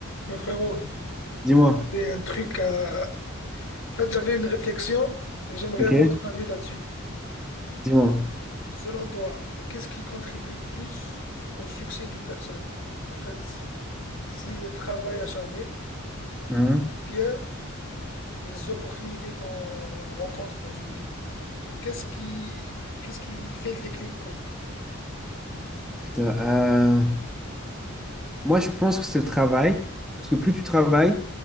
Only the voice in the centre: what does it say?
Dis-moi,
ok?
Dis-moi.
Hein
Putain, euh, moi, je pense que c'est le travail, parce que plus tu travailles,